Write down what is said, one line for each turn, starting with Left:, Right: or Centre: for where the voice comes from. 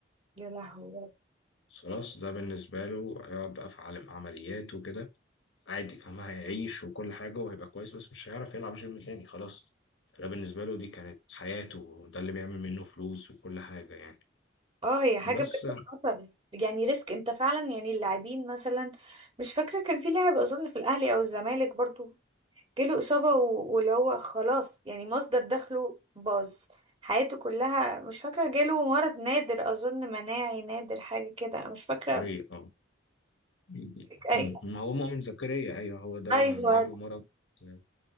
Right: يا لهوي يا رب.
Left: فخلاص ده بالنسبة له هيقعد بقى في عالم عمليات وكده عادي فاهم هيعيش وكل حاجة وهيبقى كويس بس مش هيعرف يلعب جيم تاني خلاص فده بالنسبة له دي كانت حياته وده اللي بيعمل منه فلوس وكل حاجة يعني
Right: اه هي حاجة
Left: بس
Right: بجد خطر يعني ريسك انت فعلا يعني اللاعبين مثلا مش فاكرة كان في لاعب اظن في الاهلي او الزمالك برضو جاله إصابة و- واللي هو خلاص يعني مصدر دخله باظ حياته كلها مش فاكرة جاله مرض نادر أظن مناعي نادر حاجة كده أنا مش فاكرة
Left: زكريا اه م-
Right: أي...
Left: م- ما هو مؤمن زكريا أيوه هو ده
Right: أيوة
Left: جاله مرض آه،